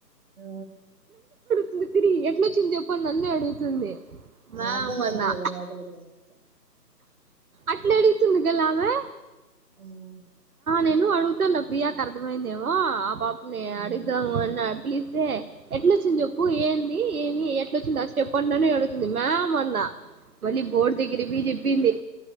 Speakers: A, on the right; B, on the right.
A: ఆ.
B: తిరిగి తిరిగి ఎట్లొచ్చింది జేప్పని నన్నే అడుగుతుంది. మ్యామ్
A: ఆ అర్థంకాకే
B: అన్నా
A: కదా నువ్. <inaudible>
B: అట్లా అడుగుతుంది గల్లామె.
A: ఉమ్మ్.
B: నేను అడుగుతాన్న, ప్రియాకు అర్థమయిందేమో, ఆ పాప్. నే
A: హ్మ్
B: అడిద్దమొన్నన్. ప్లీజ్ ఏ, ఎట్లోచ్చింది చెప్పు, ఏంది, ఏమి ఎట్లోచ్చింది అ స్టెప్ అని నన్నే అడుగుతుంది. ఆ మొన్న. మల్లి బోర్ట్ దగ్గర్కి పోయి జేప్పి. పిన్ని.